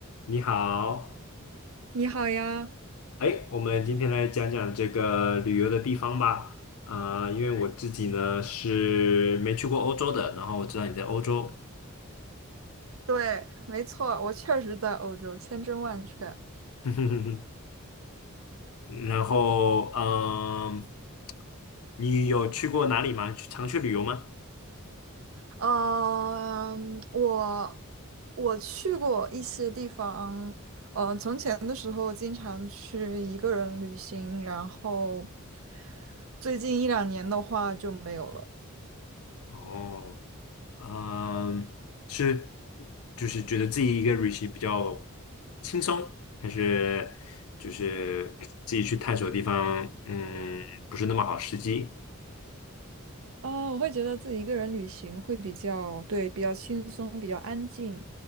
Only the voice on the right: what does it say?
你好呀，
对，没错，我确实在欧洲，千真万确。
嗯，我我去过一些地方，嗯，从前的时候经常去一个人旅行，然后最近一两年的话就没有了。
哦，我会觉得自己一个人旅行会比较，对，比较轻松，比较安静。